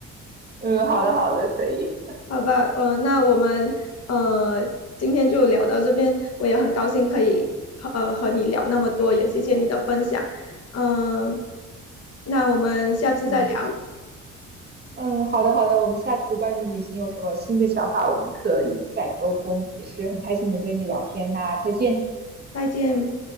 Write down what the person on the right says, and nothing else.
嗯，好的，好的，可以。
嗯嗯，好的，好的。我们下次关于旅行有什么新的想法，我们可以再沟通。也是很开心能跟你聊天，那再见。